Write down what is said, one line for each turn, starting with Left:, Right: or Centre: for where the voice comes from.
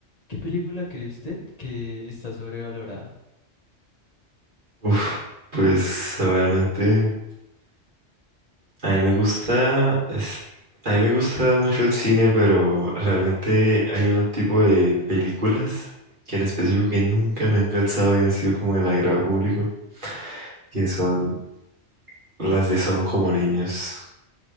Left: ¿Qué película cree usted que está sobrevalorada?
Right: Uf, pues realmente a mí me gusta, es- a mí me gusta mucho el cine, pero realmente hay un tipo de películas que en específico que nunca me han calzado y han sido como el agrado público, que son las de Son como niños.